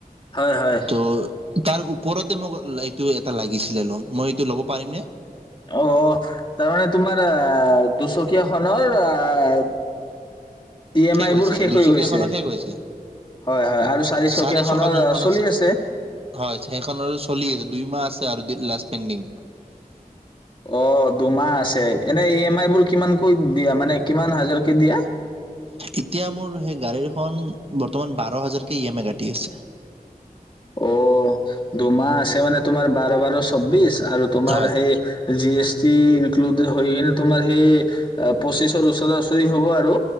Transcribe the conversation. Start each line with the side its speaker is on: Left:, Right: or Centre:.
Left: হয় হয়।
Right: ত' তাৰ ওপৰতে মোক লাই ইটো এটা লাগিছিলে লোন, মই এইটো ল'ব, পাৰিমনেে।
Left: অঃ তাৰমানে তোমাৰ আহ দুচকীয়াখনৰ আহ ই এম আই
Right: হৈছে
Left: বোৰ শেষ
Right: দুইচকীয়াখনৰ
Left: হৈ গৈছে।
Right: শেষ হৈছে
Left: হয় হয় আৰু চাৰিচকীয়াখনৰ
Right: চাৰি চকা যোনখন
Left: চলি আছে।
Right: হয় সেইখনৰ চলি আছে দুই মাহ আছে আৰু লাষ্ট পেণ্ডিং।
Left: অ দুমাহ আছে। এনে ই এম আই বোৰ কিমানকৈ দিয়া মানে কিমান হাজাৰকে দিয়া।
Right: এতিয়া মোৰ সেই গাড়ীখন বৰ্তমান বাৰ হাজাৰকে ই এম আই কাটি আছে।
Left: অ, দুমাহ আছে মানে তোমাৰ বাৰ, বাৰ চৌব্বিছ আৰু তোমাৰ
Right: হয়
Left: সেই জি এছ টি ইনক্লুডেড হৈ কিনে তোমাৰ সেই অ পঁচিছৰ ওচৰা, ওচৰি হ'ব আৰু।